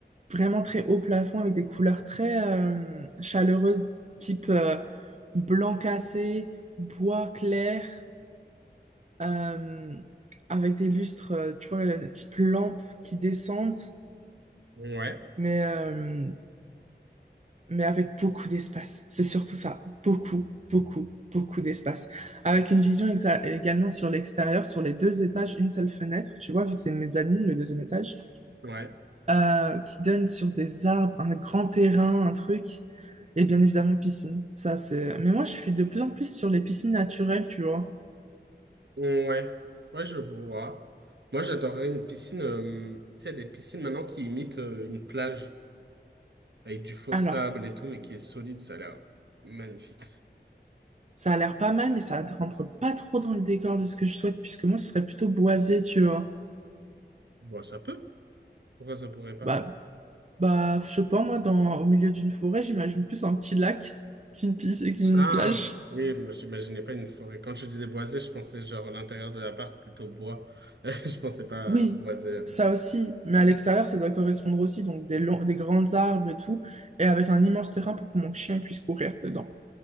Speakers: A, on the right; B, on the right.
A: vraiment très hauts plafonds avec des couleurs très euh, chaleureuses, type euh, blanc cassé, bois clair. euh, avec des lustres, euh, tu vois, euh, type lampes qui descendent,
B: Ouais.
A: mais, euh, mais avec beaucoup d'espace. C'est surtout ça, beaucoup, beaucoup, beaucoup d'espace. Avec une vision exa- également sur l'extérieur, sur les deux étages, une seule fenêtre, tu vois, vu que c'est une mezzanine, le deuxième étage,
B: Ouais.
A: euh, qui donne sur des arbres, un grand terrain, un truc. Et bien évidemment, piscine. Ça, c'est... Mais moi, je suis de plus en plus sur les piscines naturelles, tu vois.
B: Ouais, ouais, je vois. Moi, j'adorerais une piscine, euh, tu sais, des piscines maintenant qui imitent euh, une plage avec du faux
A: Alors,
B: sable et tout, mais qui est solide, ça a l'air magnifique.
A: Ça a l'air pas mal, mais ça rentre pas trop dans le décor de ce que je souhaite, puisque moi, ce serait plutôt boisé, tu vois.
B: Bon, ça peut. Pourquoi ça pourrait pas?
A: Bah, bah, je sais pas, moi, dans, au milieu d'une forêt, j'imagine plus un petit lac <laughs> qu'une piste et qu'une
B: Ah,
A: plage.
B: oui, moi, j'imaginais pas une forêt. Quand je disais boisé, je pensais genre à l'intérieur de l'appart plutôt bois. <laughs> Je pensais pas
A: Oui,
B: à boisé. euh.
A: ça aussi, mais à l'extérieur, ça doit correspondre aussi, donc des longs, des grands arbres et tout, et avec un immense terrain pour que mon chien puisse courir dedans.